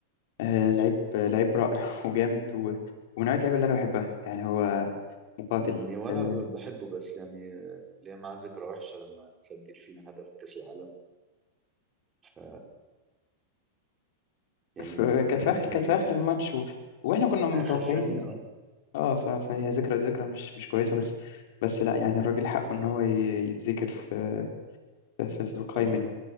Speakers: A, on the left (about 60°); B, on the right (about 20°).
A: آه، لعيب لعيب رائع <laughs> وجامد و- ومن نوعية اللعيبة اللي أنا بحبها يعني هو مقاتل
B: يعني وانا
A: آه،
B: بحبه بس يعني آه، ليه معاه ذكرى وحشه لما سجل فينا هدف في كاس العالم ف يعني
A: في كانت
B: آه،
A: في اخر كانت
B: لما
A: في اخر الماتش و... واحنا كنا متوقعين
B: اخر ثانيه
A: اه ف... فهي ذكرى ذكرى مش مش كويسه بس بس لا يعني الراجل حقه ان هو ي... يتذكر في في, في القائمه
B: طبعا
A: دي